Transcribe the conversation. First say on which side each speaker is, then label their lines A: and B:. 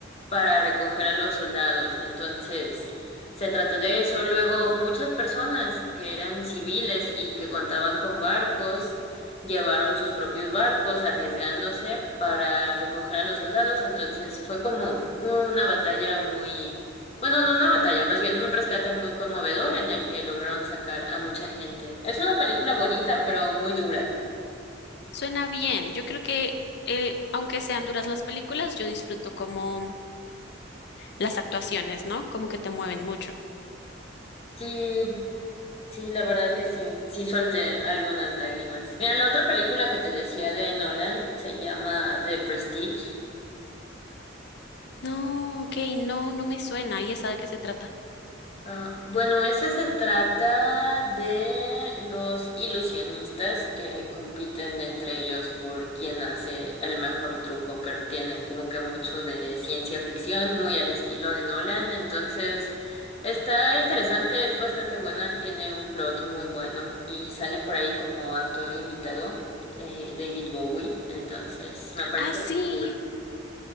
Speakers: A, on the left; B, on the left.
A: para recoger a los soldados. Entonces, se trató de eso. Luego, muchas personas que eran civiles y que contaban con barcos, llevaron sus propios barcos arriesgándose para recoger a los soldados. Entonces, fue como una batalla muy, bueno, no una batalla, más bien un rescate muy conmovedor en el que lograron sacar a mucha gente. Es una película bonita, pero muy dura.
B: Suena bien. Yo creo que, eh, aunque sean duras las películas, yo disfruto como las actuaciones, ¿no? Como que te mueven mucho.
A: Sí, Sí, la verdad que sí, sí solté algunas lágrimas. Mira, la otra película que te decía de Nolan se llama The Prestige.
B: No, ok, no, no me suena. ¿Y esa de qué se trata?
A: Ah, bueno, ese se trata de dos ilusionistas que compiten entre ellos por quién hace el mejor truco, pero tiene como que mucho de ciencia ficción, muy al estilo de Nolan, entonces está interesante, es bastante buena, tiene un plot muy bueno y sale por ahí como actor invitado, eh, David Bowie, entonces me parece
B: Ah, sí.
A: muy cool.